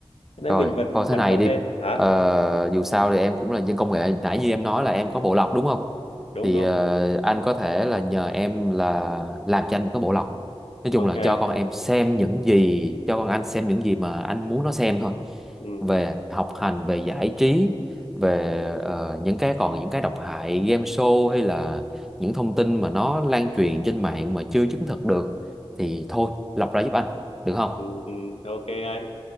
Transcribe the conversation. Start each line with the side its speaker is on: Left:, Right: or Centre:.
Left: Cho nên
Centre: Rồi,
Left: mình vẫn
Centre: thôi thế
Left: vẫn
Centre: này
Left: vẫn
Centre: đi.
Left: nên hả
Centre: Ờ, dù sao thì em cũng là dân công nghệ. Nãy như em nói là em có bộ lọc đúng không?
Left: đúng
Centre: Thì
Left: đúng
Centre: ờ, anh có thể là nhờ em là làm cho anh một cái bộ lọc. Nói chung
Left: ok
Centre: là cho con em xem những gì, cho con anh xem những gì mà anh muốn nó xem thôi.
Left: ừ,
Centre: Về học hành, về giải trí, về ờ, những cái còn những cái độc hại game show hay là những thông tin mà nó lan truyền trên mạng mà chưa chứng thực được thì thôi lọc ra giúp anh, được không?
Left: ừ, ừ, ok anh